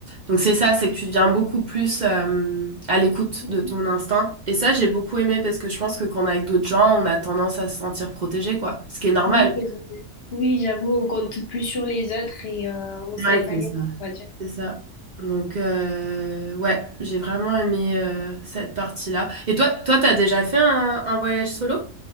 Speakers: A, on the right; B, on the left.
A: Donc c'est ça, c'est que tu deviens beaucoup plus euh, à l'écoute
B: Mhm.
A: de ton instinct. Et ça, j'ai beaucoup aimé parce que je pense que quand on est avec d'autres gens, on a tendance à se sentir protégé, quoi. Ce qui est normal.
B: Oui, c'est vrai. Oui, j'avoue, on compte plus sur les autres et euh, on se
A: Ouais,
B: laisse
A: c'est
B: aller,
A: ça.
B: on va dire.
A: C'est ça. Donc, euh, ouais, j'ai vraiment aimé euh, cette partie-là. Et toi, toi, t'as déjà fait un, un voyage solo?